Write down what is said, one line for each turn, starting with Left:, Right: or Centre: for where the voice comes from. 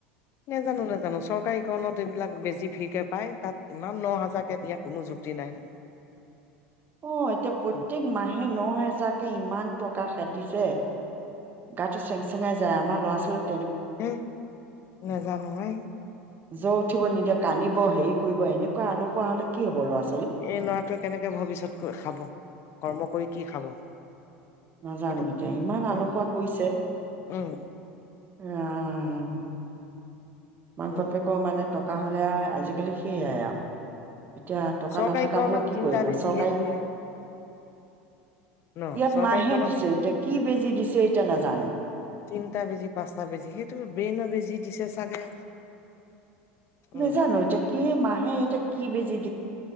Left: নাজানো নাজানো চৰকাৰীকৰণত এইবিলাক বেছি যি ভিৰকে পায়, তাত ইমান ন হাজাৰকে দিয়া কোনো যুক্তি নাই নহয়।
Right: অ এতিয়া প্ৰত্যেক
Left: উম
Right: মাহে ন হেজাৰ তাকে ইমান টকা খেদিছে। গাটো চেং চেঙাই যায় আমাৰ লৰা ছোৱালী
Left: হে নাজানো হাই।
Right: জ্বৰ উঠিব নিদিয়ে, কান্দিব হেৰি কৰিব এনেকুৱা আলসুৱা হলে কি হ'ব ল'ৰাটো।
Left: এই ল'ৰাটোৱে কেনেকে ভৱিষ্যত খাব, কৰ্ম কৰি কি খাব।
Right: নাজানো
Left: কিন্তু
Right: এতিয়া ইমান আলসুৱা
Left: উম
Right: কৰিছে।
Left: উম
Right: ৰাম। মাক
Left: উম
Right: বাপেক মানে টক থকা হ'লে আও আজিকালি সেইয়াই আও। এতিয়া টকা
Left: চৰকাৰীকৰণত
Right: নাথকাবোৰে কি
Left: তিনটা
Right: কৰিব,
Left: বেজিহে
Right: চৰকাৰী
Left: দিয়ে
Right: <unintelligible>
Left: ন
Right: ইয়াত
Left: চৰকাৰীকৰণত
Right: মাহে দিছে এতিয়া কি বেজী দিছে এতিয়া নাজানো।
Left: তিনটা বেজি, পাঁচটা বেজি, সেইটো ব্ৰেইন বেজি দিছে চাগে।
Right: নাজানো
Left: উম
Right: এতিয়া কি মাহে এতিয়া কি বেজি <unintelligible>